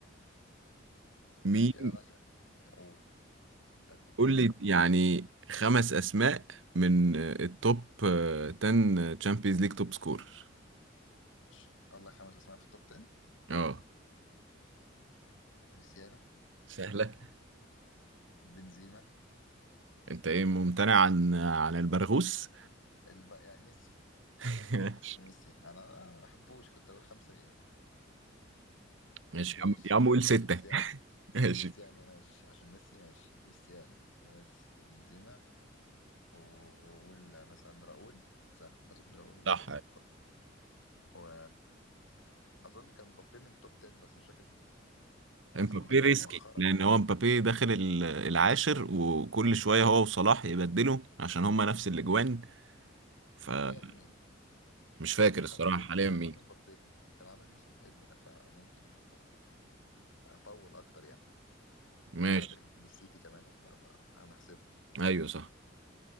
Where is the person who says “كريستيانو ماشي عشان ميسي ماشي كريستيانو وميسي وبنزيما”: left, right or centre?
Left